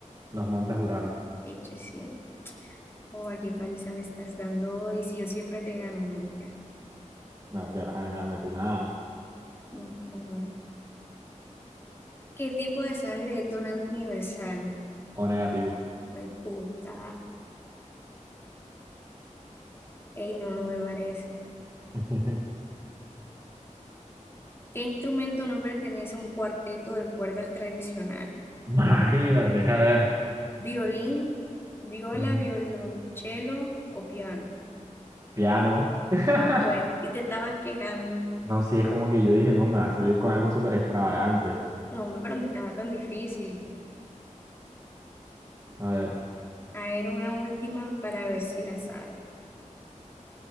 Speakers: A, on the right; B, on the left.
A: Los Montes Urales.
B: Eche sí. Joder, qué paliza me estás dando hoy. Si yo siempre te gano, marica.
A: No, que vas a ganarme tú nada.
B: No, no gano. ¿Qué tipo de sangre es donante universal?
A: O negativo.
B: Pues puta. Ey, no, no me parece.
A: <laughs>
B: ¿Qué instrumento no pertenece a un cuarteto de cuerdas tradicional?
A: Imagínate, a ver.
B: ¿Violín, viola,
A: Ujú.
B: violonchelo o piano?
A: Piano. <laughs>
B: Ah, pues, y te estabas quejando.
A: No, sí, es como que yo dije, no, me va a salir con algo súper extravagante.
B: No, hombre, pero no estaba tan difícil.
A: A ver,
B: A ver, una última para ver si la sabes.